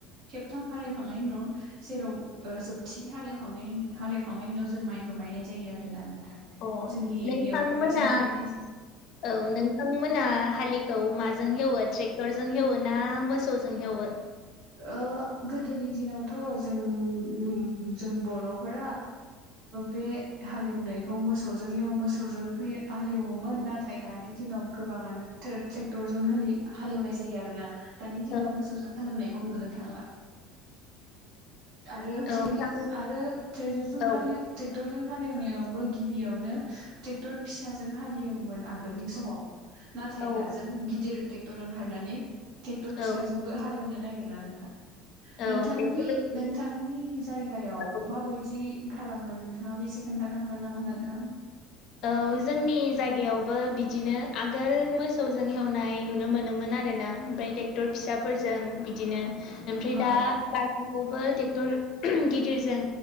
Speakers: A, on the right; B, on the left.
A: खेबथाम हालएव खांनायनि उनाव जेराव ओ जोबथि हालेवखनायनि हालेवखांनायनि उनाव जों माइखौ गायनाय जायो आरोना नोंथां
B: अ
A: जोंनि
B: नोंथांमोना
A: एरियायाव बेबायदिनो गायनाय जायो
B: औ नोंथांमोना हालिखौ मा जों हेवो ट्रेक्टरजों हेवो ना मोसौजों हेवो?
A: ओ गोदोनि दिनाव थ' जोंनि जों बर'फोरा बे हालएवनायखौ मोसौजों हेव मोसौजों होयो हालेवोमोन नाथाय दानि दिनाव गोबाङानो ट्रे- ट्रेक्टर जों हालि-हालएवनाय जायो आरोना दानि दिनाव
B: औ
A: मोसौजों हालएवनाय थांला आरो
B: औ
A: गिबि
B: नोंथां
A: आरो ट्रेजरजों
B: औ
A: हालि ट्रे- टरजों हालेवनायावबो गिबियावनो ट्रेक्टर फिसाजों हालेवोमोन आगोलनि समाव नाथाय
B: औ
A: दाजों गिदिर ट्रेक्टर ओंखारनानै ट्रेक्टर
B: औ
A: फिसाजोंबो हालेवनो नागि गिरा नोंथां
B: औ
A: नोंथांनि
B: ट्रेक्टर
A: नोंथांनि जायगायाव
B: औ
A: माबायदि खालामो नोंथाङाबो एसे खोन्थानो हागोन नामा नोंथां
B: औ जोंनि जायगायावबो बिदिनो आगोल मोसौजों हेवनाय नुनो मोनोमोना आरोना मफ्राय ट्रेक्टर फिसाफोरजों बिदिनो मफ्राय
A: औ
B: दा गासैखौबो टर गिदिरजों